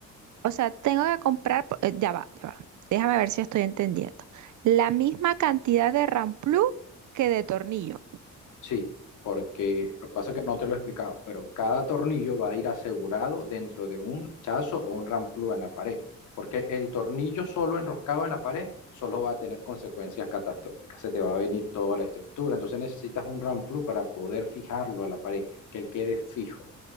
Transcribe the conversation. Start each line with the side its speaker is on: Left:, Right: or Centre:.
Right: O sea, tengo que comprar, po- eh, ya va, ya va. Déjame ver si estoy entendiendo. La misma cantidad de ramplú que de tornillo.
Left: Sí, porque lo que pasa es que no te lo he explicado, pero cada tornillo va a ir asegurado dentro de un chazo o un ramplú en la pared, porque el tornillo solo enroscado en la pared solo va a tener consecuencias catastróficas, se te va a venir toda la estructura, entonces necesitas un ramplú para poder fijarlo a la pared, que él quede fijo,